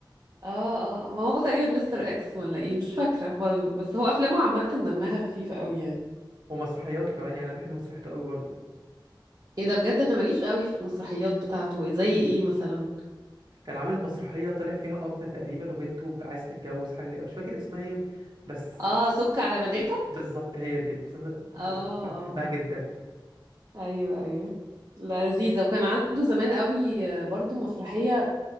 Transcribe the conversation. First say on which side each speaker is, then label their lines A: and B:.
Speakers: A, on the right; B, on the right.
A: اه اه آه. ما هو تقريبا مستر اكس ولا ايه مش فاكرة برضه بس هو افلامه عامة دمها خفيفة قوي يعني
B: ومسرحياته كمان يعني انا بحب مسرحياته قوي برضو
A: ايه ده بجد انا ماليش قوي في المسرحيات بتاعته زي ايه مثلا
B: كان عامل مسرحيه طالع فيها اب تقريبا وبنته عايز تتجوز حاجه كده. مش فاكر اسمها ايه بس
A: اه سك على بناتك
B: بالظبط هي دي المسلسل
A: اه
B: المسلسل- بحبها
A: اه
B: جدا
A: ايوه ايوه لا لذيذه وكان عنده زمان قوي آه، برضو مسرحيه